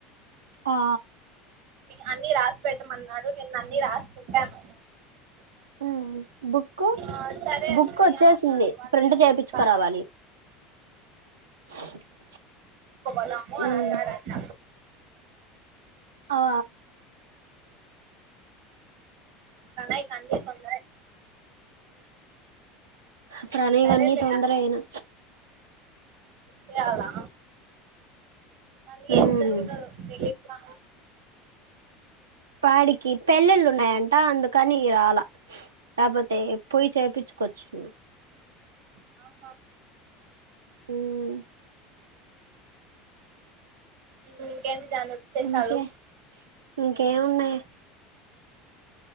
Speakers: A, on the right; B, on the right.
A: ఆ
B: అన్ని రాసి పెట్టమన్నాడు. నేను అన్ని రాసి పెట్టాను.
A: హు బుక్
B: ఆ సరే
A: బుక్
B: అశ్విని
A: వచ్చేసింది.
B: అని అన్నాడు వాళ్ళు
A: ప్రింట్
B: ఏం
A: చేపించుకురావాలి.
B: చేస్తారు
A: <unintelligible>
B: ఆ వాళ్ళ అమ్మ అన్నాడంట
A: ఉమ్ ఆ
B: కనై కన్నీ తొందర్
A: ప్రణయ్వికి
B: సరేలే
A: అన్ని తొందరే అయినా,
B: తే అలా కానీ
A: ఉమ్
B: ఏం జరుగుతాదో తెలీదు నాకు <unintelligible>
A: వాడికి పెళ్ళిళ్ళు ఉన్నాయట. అందుకని రాల, లేకపోతే పొయి చెప్పించ్ కొచ్చు
B: <unintelligible> ఆ
A: మ్మ్
B: ఇంకేంటి జాను విశేషాలు
A: ఇంకే ఇంకేమున్నాయి